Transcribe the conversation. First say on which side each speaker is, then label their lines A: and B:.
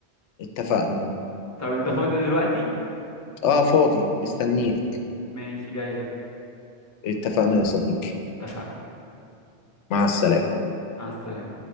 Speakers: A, on the left (about 80°); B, on the left (about 15°).
A: اتفقنا
B: طب أنت فاضي دلوقتي؟
A: اه فاضي مستنيك
B: ماشي جايلك
A: اتفقنا يا صديقي
B: اتفقنا
A: مع السلامة
B: مع السلامة